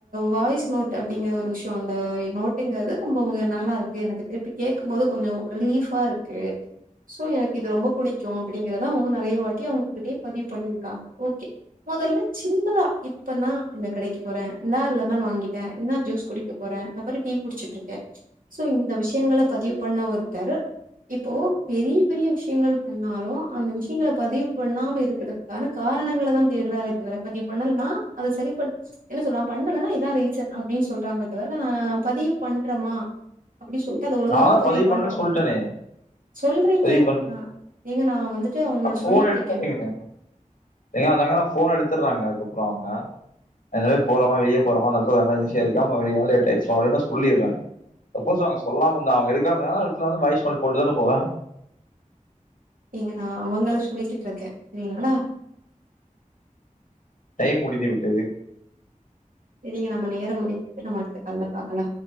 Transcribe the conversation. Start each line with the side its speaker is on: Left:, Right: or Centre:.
Right: வாய்ஸ் நோட் அப்டிங்கற ஒரு விஷியோ அந்த நோட்டுங்கிறது ரொம்போ நல்லாருக்கு எனக்கு திருப்பி கேக்கும் போது கொஞ்ச ரிலீஃபா இருக்கு சோ எனக்கு இது ரொம்ப புடிக்கும் அப்டிங்கிறதா அவுங்க நெறைய வாட்டி அவுங்ககிட்டயே பதிவு பண்ணிருக்காங்க ஓகே மொதல்ல சின்னதா இப்பந்தா இந்த கடக்கி போற <unintelligible> லெமன் வாங்கிட்ட இன்னா ஜூஸ் குடிக்க போற அப்பறோ டீ குடிச்சிட்டுருக்க சோ இந்த விஷயங்கள பதிவு பண்ணா ஒருத்தர் இப்போ பெரிய பெரிய விஷயங்கள் பண்ணாலு அந்த விஷயங்கள பதிவு பண்ணாம இரு இதுக்கான காரணங்கள தா தேட்றாரே தவிர பதிவு பண்ணலன்னா அது சரி பண் என்ன சொல்லா பண்ணலன்னா இதா ரீசன் அப்டின்னு சொல்றாங்க தவிர ஆ பதிவு பண்றோமா அப்டி சொல்ட்டு அத ஒழுங்காவு
Left: நான் தான்
Right: பதிவு பண்றோம்
Left: பண்ணேன்னு சொல்லிட்டேனே
Right: சொல்றீங்க
Left: பதிவு பண்ண
Right: நா ஏங்க நா வந்துட்டு அவுங்களுக்
Left: போன்
Right: சொல்லிட்ருக்கே
Left: எடுத்துறீங்க ஏங்க அதாங்க ஃபோன் எடுத்துர்றாங்க அதுக்கப்புறோ அவுங்க நா இந்த மாரி போறம்மா வெளிய போறம்மா இந்த எடத்துல ஒரு எமர்ஜன்சியா இருக்கே <unintelligible> லேட்டாச்சிம்மா அப்டின்னா சொல்லிட்ற சப்போஸ் அவுங்க சொல்லாம இருந்தா அவுங்க எடுக்காம இருந்தான்னா அந்த எடத்துல வந்து வாய்ஸ் நோட் போட்டு தான போவ
Right: நீங்க நா அவங்கள சொல்லிட்ருக்க செரிங்களா
Left: டைம் முடிந்து விட்டது
Right: சரிங்க நம்ம நேரம் முடிந்து விட்டது நம்ம அடுத்த கால்ல பாக்கலா